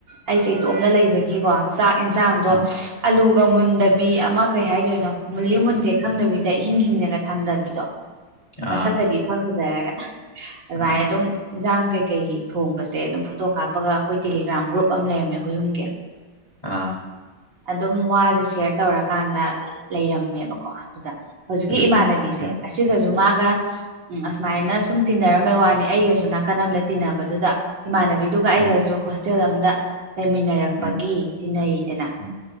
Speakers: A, on the right; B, on the left.
A: ꯑꯩꯁꯦ ꯏꯇꯣꯝꯅ ꯂꯩꯕꯒꯤꯀꯣ ꯆꯥꯛ ꯌꯦꯟꯁꯥꯡꯗꯣ
B: ꯎꯝ
A: ꯑꯂꯨ ꯒ ꯃꯨꯟꯗꯕꯤ ꯑꯃ ꯀꯩ ꯍꯥꯏꯗꯣꯏꯅꯣ ꯃꯨꯜꯂꯤ ꯃꯨꯟꯗꯦ ꯈꯪꯗꯕꯤꯗ ꯏꯍꯤꯡ ꯍꯤꯡꯅꯒ ꯊꯥꯡꯗꯕꯤꯗꯣ ꯃꯁꯛꯀꯗꯤ
B: ꯑꯥ
A: ꯏꯐ ꯐꯖꯔꯒ ꯑꯗꯨꯃꯥꯏꯅ
B: ꯑꯥ
A: ꯑꯗꯨꯝ ꯏꯟꯖꯥꯡ ꯀꯩ ꯀꯩ ꯊꯣꯡꯕꯁꯦ ꯑꯗꯨꯝ ꯐꯣꯇꯣ ꯀꯥꯞꯄꯒ ꯑꯩꯈꯣꯏ ꯇꯦꯂꯤꯒ꯭ꯔꯥꯝ ꯒ꯭ꯔꯨꯞ ꯑꯃ ꯂꯩꯔꯝꯃꯦ ꯑꯩꯈꯣꯏ ꯍꯨꯝꯒꯤ
B: ꯑꯥ
A: ꯑꯗꯨꯝ ꯋꯥꯁꯦ ꯁꯦꯌꯔ ꯇꯧꯔꯀꯥꯟꯗ ꯂꯩꯔꯝꯃꯦꯕꯀꯣ ꯑꯗꯨꯗ ꯍꯧꯖꯤꯛꯀꯤ
B: ꯎꯝ
A: ꯏꯃꯥꯟꯅꯕꯤꯁꯦ
B: ꯎꯝ
A: ꯑꯁꯤꯒꯁꯨ ꯃꯥꯒ ꯎꯝ ꯁꯨꯃꯥꯏꯅ ꯁꯨꯝ ꯇꯤꯟꯅꯔꯝꯕꯩ ꯋꯥꯅꯤ ꯑꯩꯒꯁꯨ ꯅꯥꯀꯟ ꯑꯃꯗ ꯇꯤꯟꯅꯕꯗꯨꯗ ꯏꯃꯥꯟꯅꯕꯤꯗꯨꯒ ꯑꯩꯒꯁꯨ
B: ꯎꯝ
A: ꯍꯣꯁ ꯍꯣꯁꯇꯦꯜ ꯑꯃꯗ ꯂꯩꯃꯤꯟꯅꯔꯛꯄꯒꯤ
B: ꯎꯝ
A: ꯇꯤꯟꯅꯩꯗꯅ
B: ꯎꯝ